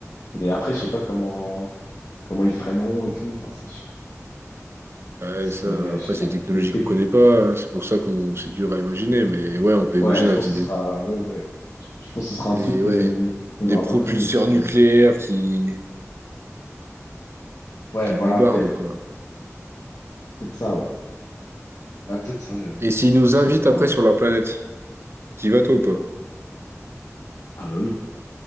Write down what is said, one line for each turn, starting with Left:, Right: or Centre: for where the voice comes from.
Left: Et après, je sais pas comment, comment ils freineront et tout. Enfin, c'est- je-
Right: Ouais,
Left: ce
Right: ça,
Left: serait,
Right: après,
Left: je sais
Right: c'est
Left: pas,
Right: des technologies
Left: des techniques.
Right: qu'on connaît pas. hein. C'est pour ça qu'on, c'est dur à imaginer. Mais ouais, on peut imaginer
Left: Ouais, je pense
Right: des,
Left: que ce sera, ouais, ouais. ouais. Je je pense que ce sera un
Right: des,
Left: truc qu'on
Right: ouais,
Left: qu'on
Right: des
Left: n'aura
Right: propulseurs
Left: pas prévu, parce que
Right: nucléaires qui,
Left: Ouais,
Right: qui bombardent,
Left: voilà, peut-être.
Right: quoi.
Left: Peut-être ça, ouais. Ouais, peut-être ça, j'avoue,
Right: Et s'ils
Left: ouais.
Right: nous
Left: Puissant
Right: invitent
Left: nucléaire,
Right: après
Left: mais.
Right: sur leur planète, t'y vas toi ou pas?
Left: Ah bah oui,